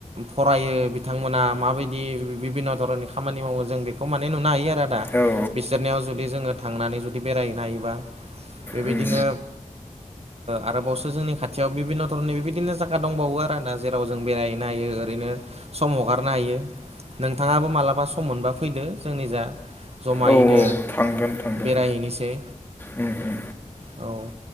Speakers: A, on the right; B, on the left.
A: फरायो बिथांमोना माबायदि बिभिन्न' धरननि खामानि मावो जों बेखौ खौ माने नुनो हायो आरो आदा
B: औ
A: बिसोरनियाव जुदि जोङो थांनानै जुदि बेरायहैनो हायोबा। बेबायदिनो
B: उम
A: आरोबावसो जोंनि खाथियाव बिभिन्न' धरननि बेबायदिनो जाखा दंबावो आरो ना जेराव जों बेरायहैनो हायो ओरैनो सम हगारनो हायो। नोंथाङाबो मालाबा सम मोनबा फैदो। जोंनि जा जमायैनो
B: औ थांगोन थांगोन
A: बेरायहैनोसै।
B: उम उम
A: औ